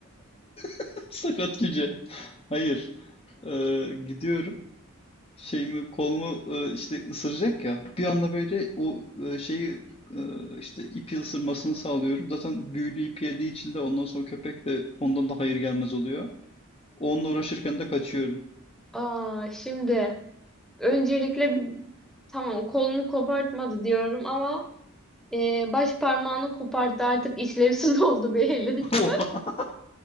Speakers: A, on the left; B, in the centre.
A: <laughs> Sakat cüce. Hayır. E, gidiyorum. Şeyimi kolumu e, işte ısıracak ya. Bir anda böyle o e, şeyi e, işte ipi ısırmasını sağlıyorum. Zaten büyülü ipi yediği için de ondan sonra köpek de ondan da hayır gelmez oluyor. Onunla uğraşırken de kaçıyorum.
B: Aa, şimdi öncelikle bir- tamam kolunu kopartmadı diyorum ama Ee, baş parmağını koparttı artık işlevsiz <laughs> oldu bir elin.
A: <laughs>